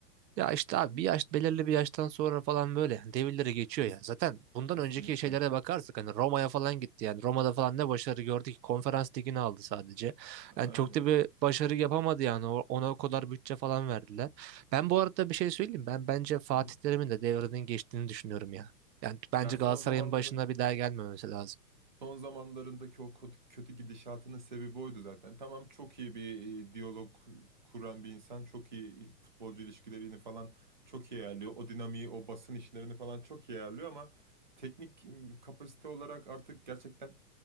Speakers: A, on the right; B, on the right.
A: Ya işte abi bir yaş belirli bir yaştan sonra falan böyle devirleri geçiyor
B: Kes-
A: ya. Zaten bundan
B: kesinlikle.
A: önceki şeylere bakarsak hani Roma'ya falan gitti yani. Roma'da falan ne başarı gördü ki konferans ligini aldı sadece.
B: Aynen.
A: Yani çok da bir başarı yapamadı yani O- ona o kadar bütçe falan verdiler. Ben bu
B: Yani,
A: arada bir şey söyleyeyim. Ben bence Fatih
B: hı hı.
A: Terim'in de devrinin geçtiğini düşünüyorum ya. Yani bence
B: Ya son
A: Galatasaray'ın
B: zamanların
A: başına bir daha gelmemesi lazım.
B: Son zamanlarındaki o kod- kötü gidişatının sebebi oydu zaten. Tamam çok iyi bir e, diyalog kuran bir insan, çok iyi e, futbolcu ilişkilerini falan çok iyi ayarlıyor. O dinamiği, o basın işlerini falan çok iyi ayarlıyor ama teknik m, kapasite olarak artık gerçekten